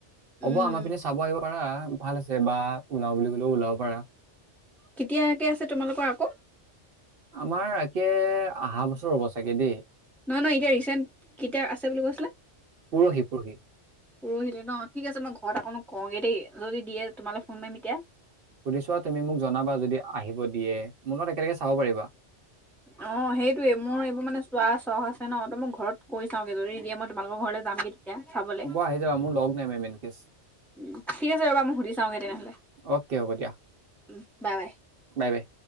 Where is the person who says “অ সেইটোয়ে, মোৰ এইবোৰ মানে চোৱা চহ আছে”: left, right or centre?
Centre